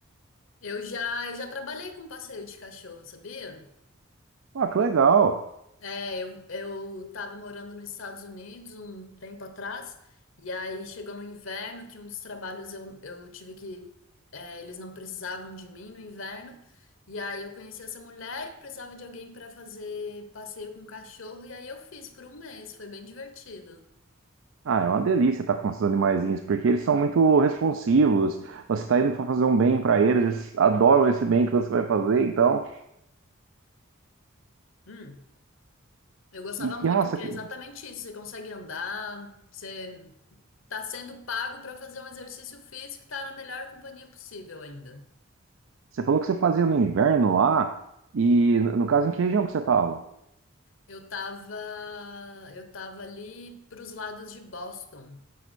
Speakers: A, on the left; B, on the right.
A: Eu já, eu já trabalhei com passeio de cachorro, sabia?
B: Ah, que legal.
A: É, eu, eu tava morando nos Estados Unidos um tempo atrás, e aí chegou no inverno que um dos trabalhos eu, eu tive que. é, eles não precisavam de mim no inverno, e aí eu conheci essa mulher que precisava de alguém para fazer passeio com cachorro, e aí eu fiz por um mês, foi bem divertido.
B: Ah, é uma delícia estar com esses animaizinhos, porque eles são muito responsivos. Você está indo para fazer um bem para eles, eles adoram esse bem que você vai fazer, então.
A: Hum, eu gostava
B: E
A: muito,
B: que raça
A: porque
B: que...
A: é exatamente isso: você consegue andar, você tá sendo pago para fazer um exercício físico e tá na melhor companhia possível ainda.
B: Você falou que você fazia no inverno lá, e no caso, em que região que você estava?
A: Eu tava, eu tava ali pros lados de Boston.